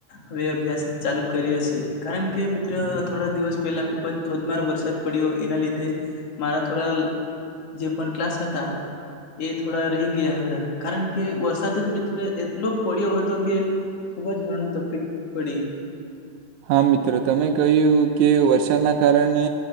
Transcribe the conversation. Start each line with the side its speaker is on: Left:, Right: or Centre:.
Left: હવે અભ્યાસ ચાલુ કરીએ કારણ કે મિત્ર થોડા દિવસ પહેલા ખુબ જ ધોધમાર વરસાદ પડ્યો એના લીધે મારા થોડા જે પણ ક્લાસ હતા એ થોડા રહી ગયા હતા કારણ કે વરસાદ જ મિત્ર એટલો પડ્યો હતો કે ખુબ જ ઘણ તકલીફ પડી
Right: હા મિત્રો તમે કહ્યું કે વરસાદના કારણે